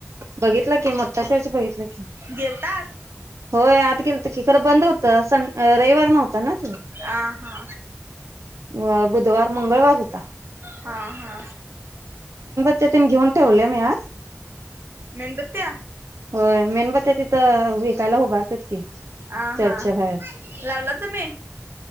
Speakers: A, on the right; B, on the right.
A: बघितला की मोठा चार्ज बघितलाय
B: गेलतात
A: होय आत गेलं की खरं बंद होतं सन रविवार नव्हता ना.
B: आ हा
A: व बुधवार, मंगळवार होता.
B: हा हा
A: त्यातून घेऊन.. ठेवल्या मी आत
B: मेणबत्ती आ
A: होय मेणबते तिथं विकायला उभारतात की
B: आ
A: चर्चच्या
B: हा
A: बाहेर
B: लावला तुम्ही